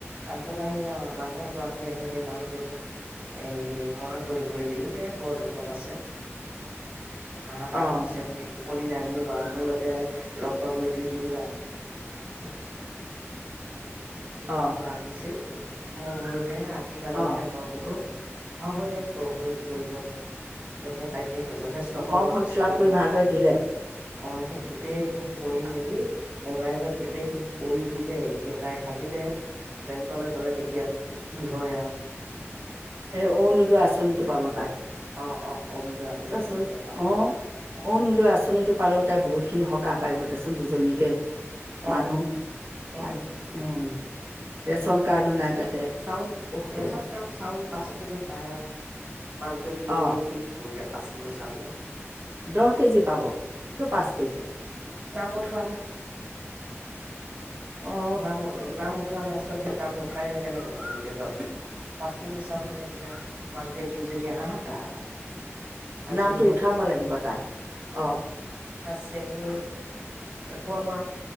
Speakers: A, on the right; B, on the right.
A: আগবেলা সেয়া মানুহ এগৰাকী আহিল সেই মানুহ এই মই পঢ়িবলৈ দিলোঁ এ, বৰ দুখত আছে। হাহাকাৰ
B: অ',
A: ভৱিষ্যত যিটো টোপনি নাই মোৰ বা মোৰলৈকে লগ পাবলৈ দুই, তিনিবাৰ আহিছে। <inaudible> অ দুই
B: অ',
A: তিনিবাৰ আহিছিল মোৰ ঘৰত আশীবাদকে
B: অ',
A: ল‌ও বোলো হব দে প্ৰভুৱে কৰিব দে, প্ৰভুৱে তাইকহে যথেষ্ট সময়
B: ফৰ্মখন
A: গুচি
B: ফিল আপ
A: গ'ল
B: কৰি
A: মোৰ,
B: ভালদৰে দিলে,
A: অ সেই গোটেই খিনি কৰি মেলি মোবাইলত গোটেই খিনি কৰি দিলে তেতিয়া তাই কাইলৈ বেংকলৈ গ'লে তেতিয়া কি হয় আৰু?
B: এ অৰুণোদয় আঁচনিটো। পাব তাই
A: আহ অ অৰুণোদয় আঁচনিটো
B: চাচোন,
A: যেতিয়া পাব
B: অ',
A: অ
B: অৰুণোদয় আঁচনিটো পালেও তাই বহুত খিনি সকাহ পৰিব ত দুজনীকে মানুহ।
A: অ উম
B: আৰু, উম। ৰেচন কাৰ্ডো নাই
A: চব
B: তাতে
A: চাউল
B: উহ
A: ৰেচন
B: ৰাম
A: কাৰ্ড চাউল পাঁচ কিলো পায় আৰু। মাক জিয়েক এক দুজনীয়ে
B: অ',
A: কি এতি পাঁচ কিলো চাউল।
B: দহ কেজি পাব, কিয় পাঁচ কেজি?
A: মুঠ হোৱা নাই।
B: অ।
A: নাম নাম উঠোৱা নাই সঞ্জীৱ নাম নুঠাই নে কেনেকে পাব এতিয়া দহ। পাঁচ কিলো চাউলো এতিয়া মাক জীয়েক দুজনীয়ে হাহাকাৰ। আজি
B: নামটো
A: হে
B: উঠাব লাগিব তাই, অ।
A: চেনি এপোৱা মান